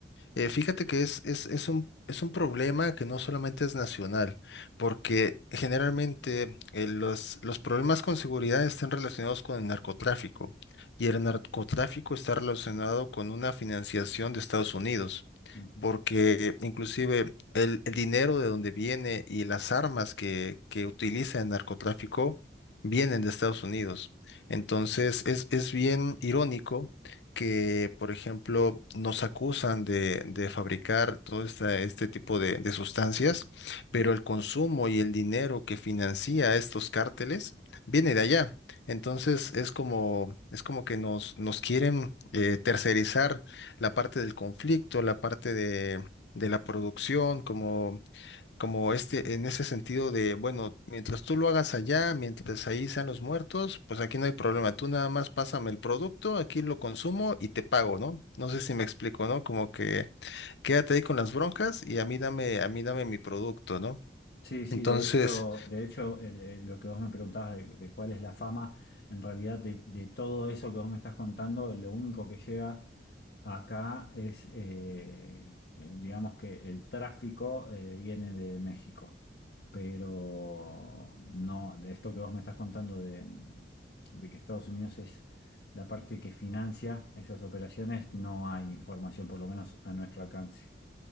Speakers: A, on the left; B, on the left.
A: Eh, fíjate que es, es, es un, es un problema que no solamente es nacional, porque generalmente eh, los, los problemas con seguridad están relacionados con el narcotráfico y el narcotráfico está relacionado con una financiación de Estados Unidos
B: Ujú,
A: porque inclusive el, el dinero de donde viene y las armas que, que utiliza el narcotráfico vienen de Estados Unidos. Entonces es, es bien irónico que, por ejemplo, nos acusan de, de fabricar todo esta- este tipo de, de sustancias,
B: ujú.
A: pero el consumo y el dinero que financia estos cárteles viene de allá. Entonces es como, es como que nos, nos quieren eh, tercerizar la parte del conflicto, la parte de, de la producción, como, como este, en ese sentido de, bueno, mientras tú lo hagas allá, mientras ahí sean los muertos, pues aquí no hay problema. Tú nada más pásame el producto, aquí lo consumo y te pago, ¿no? No sé si me explico, ¿no? Como que quédate ahí con las broncas y a mí dame, a mí dame mi producto, ¿no?
B: Sí, sí,
A: Entonces,
B: de hecho, de hecho el- el- lo que vos me preguntabas de, de cuál es la fama, en realidad de, de todo eso que vos me estás contando, lo único que llega acá es, eh, digamos que el tráfico eh, viene de México, pero no, de esto que vos me estás contando de, de que Estados Unidos es la parte que financia esas operaciones, no hay información, por lo menos a nuestro alcance.